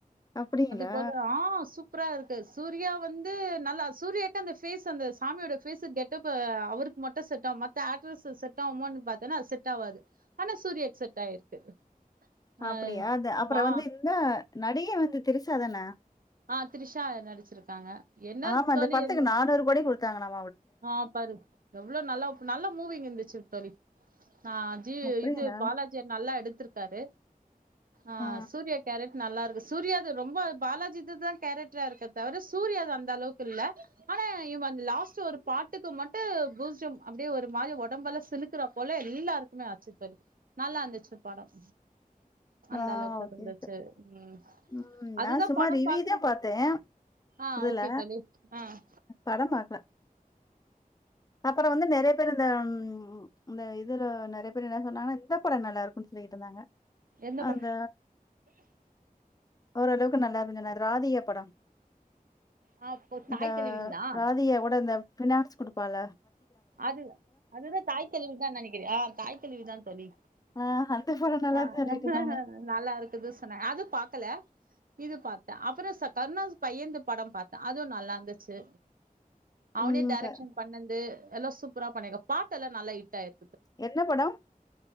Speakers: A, on the left; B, on the right.
A: அப்படிங்களா
B: போல ஆஹ் சூப்பரா இருக்கு சூர்யா வந்து நல்லா சூர்யாக்கு அந்த பேஸ் அந்த சாமியோட பேஸ கெட்ட அவருக்கு மட்டும் செட ஆகும் மத்த ஆட்ரஸ் செட் ஆகமனு பத்தேன்னா அது செட் ஆகாது ஆனா சூர்யாக்கு செட் ஆயிருக்கு ஆ
A: அப்படியா அது அப்புறம்
B: வா
A: வந்து இந்த நடிகை வந்து திரிசாதானா
B: ஆஹ் தரிஷா நடிச்சிருக்காங்க என்ன
A: ஆமா, அந்த
B: தோழி
A: படத்துக்கு
B: என்ன
A: <unintelligible>
B: ஆஹ் பரு எவ்வளோ நல்லா நல்ல மூவிங் இருந்துச்சு <unintelligible> ஆஹ் ஜி
A: அப்படிங்களா?
B: இது பாலாஜிய நல்லா எடுத்துருக்கு இருக்காரு ஆஹ்
A: ஆ.
B: சூரியா கேரட் நல்லா இருக்கு சூர்யாது ரொம்ப பாலாஜி தான் கேரக்டரா இருக்கே தவிர சூர்யா அந்த அளவுக்கு இல்ல ஆனா இவன் அ லாஸ்ட் ஒரு பாட்டுக்கு மட்டும் பூஜ்யம் அப்டியே ஒரு மாரி உடம்பல சிலுக்குற போல எல்லாருக்குமே ஆச்சு பரி நல்லா இருந்துச்சு பாடம் அந்த
A: ஆ
B: அளவுக்கு
A: ஓகே,
B: இருந்துச்சு
A: ஓகே.
B: உம்
A: ம்.
B: அதுதான்
A: நான் சும்மா
B: படம்
A: ரிவ்யூ
B: பாக்கணும்
A: தான் பார்த்தேன்,
B: ஆஹ்
A: இதுல.
B: ஓகே தோழி ஆஹ்
A: படம் பார்க்கல. அப்புறம் வந்து நெறைய பேரு இந்த உ இந்த இதுல நெறைய பேர் என்ன சொன்னாங்கன்னா இந்த படம் நல்லா இருக்குன்னு சொல்லிட்டு இருந்தாங்க
B: எந்த ப
A: அந்த ஓரளவுக்கு நல்லா இருஞ்சனா ராதியா படம்
B: ஆ இப்போ
A: இந்த
B: தாய் கெழவிங்களா
A: ராதிகா கூட இந்த ஃபினான்ஸ் குடுப்பால
B: அது அதுதான் தாய் கெழவிதான் நெனைக்கிறேன் ஆஹ் தாய் கெழவிதான் தோழி
A: ஆ அந்த படம் நல்லாருக்குன்னு
B: ஆஹ்
A: சொல்லிட்டு இருந்தாங்க.
B: நல்லா இருக்குது சொன்னாங்க அது பாக்கல இது பாத்தேன் அப்புறம் கருணாஸ் பையன்து படம் பாத்தேன் அது நல்லா இருந்துச்சு அவனே
A: ம்.
B: டைேரக்ஷன்
A: க
B: பண்ணது எல்லாம் சூப்பரா பண்ணிருக்க பாட்டல்லாம் நல்லாஹிட் ஆயிரு
A: என்ன படம்